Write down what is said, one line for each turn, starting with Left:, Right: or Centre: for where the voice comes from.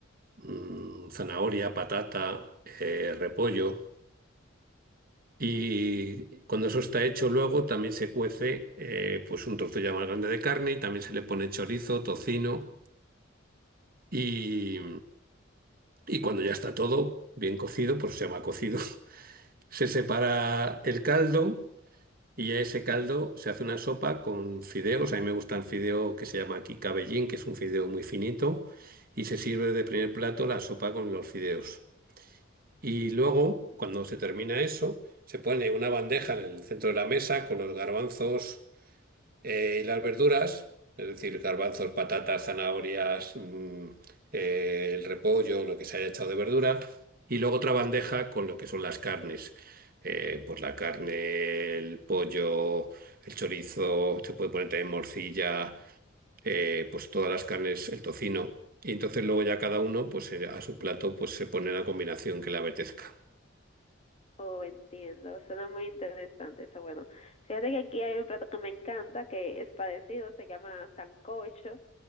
Right: mm, zanahoria, patata, eh, repollo. Y cuando eso está hecho, luego también se cuece eh, pues un trozo ya más grande de carne y también se le pone chorizo, tocino y, Y cuando ya está todo bien cocido, por eso se llama cocido, <laughs> se separa el caldo y a ese caldo se hace una sopa con fideos. A mí me gusta el fideo que se llama aquí cabellín, que es un fideo muy finito, y se sirve de primer plato la sopa con los fideos. Y luego, cuando se termina eso, se pone una bandeja en el centro de la mesa con los garbanzos eh, y las verduras, es decir, garbanzos, patatas, zanahorias, mm, eh, el repollo, lo que se haya echado de verdura. Y luego otra bandeja con lo que son las carnes. Eh, pues la carne, el pollo, el chorizo, se puede poner también morcilla, eh, pues todas las carnes, el tocino. Y entonces luego ya cada uno, pues eh, a su plato, pues se pone la combinación que le apetezca.
Left: Oh, entiendo, suena muy interesante eso. Bueno, fíjate que aquí hay un plato que me encanta, que es parecido, se llama sancocho.